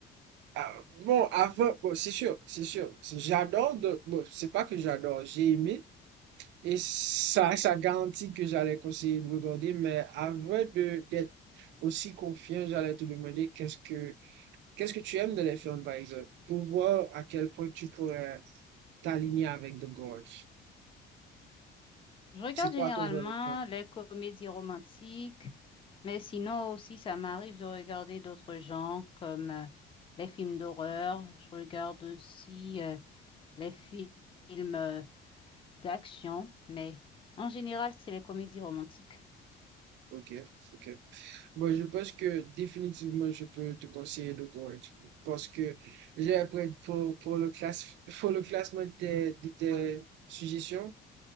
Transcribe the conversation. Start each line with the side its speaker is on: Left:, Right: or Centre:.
Right: Ah, bon, avant, bon, c'est sûr, c'est sûr. C'est- J'adore, de- bon, c'est pas que j'adore, j'ai aimé. Et ça, ça garantit que j'allais conseiller de regarder, mais avant de, d'être aussi confiant, j'allais te demander qu'est-ce que, qu'est-ce que tu aimes dans les films, par exemple, pour voir à quel point tu pourrais t'aligner avec The Gorge.
Left: Je regarde
Right: C'est quoi
Left: généralement
Right: ton genre de film?
Left: les comédies romantiques, mais sinon aussi, ça m'arrive de regarder d'autres genres comme euh, les films d'horreur. Je regarde aussi euh, les fi- films euh, d'action, mais en général, c'est les comédies romantiques.
Right: Ok, ok. Bon, je pense que définitivement, je peux te conseiller le Gold*, parce que j'ai appris pour, pour le classe, pour le classement de tes, de tes suggestions.